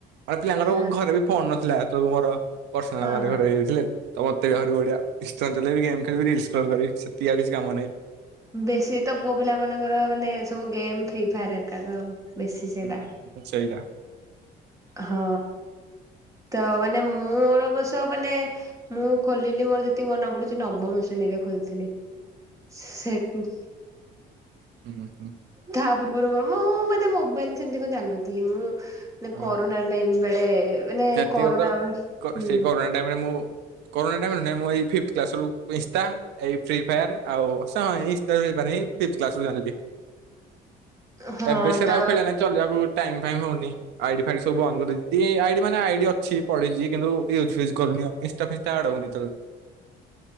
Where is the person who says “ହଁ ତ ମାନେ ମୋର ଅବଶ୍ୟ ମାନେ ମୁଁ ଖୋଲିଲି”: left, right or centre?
Right